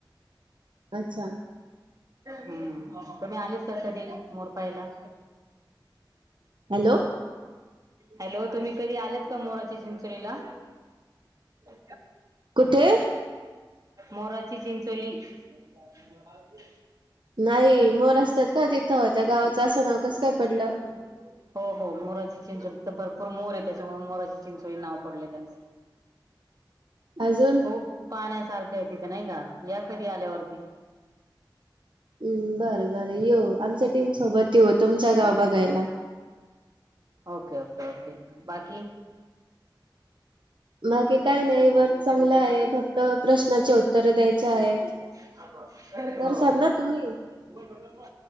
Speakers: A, on the right; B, on the right.
A: अच्छा
B: हम्म, तुम्ही आलेत का कधी मोर पायला?
A: हॅलो
B: हॅलो, तुम्ही कधी आलेत का मोराची चिंचोलीला? अ
A: कुठे?
B: मोराची चिंचोली. <unintelligible>
A: नाही मोर असतात का तिथं, त्या गावाचं असं नाव कसं काय पडलं?
B: ह हो हो मोराची चिंचोली तर भरपूर मोर आहे, त्याच्यामुळे मोराची चिंचोली नाव पडलय त्यांचं.
A: अजून
B: खूप पाण्यासारखं आहे तिथं नाही का, या कधी आल्यावरती.
A: हम्म बरं बरं येऊ, आमच्या टीमसोबत येऊ, तुमच्या गाव बघायला.
B: ओके ओके ओके, बाकी?
A: बाकी काय नाही, वर्क चांगला आहे, फक्त प्रश्नाचे उत्तर द्यायचे आहेत.
B: हो.
A: करसाल
B: हो
A: ना तुम्ही
B: हो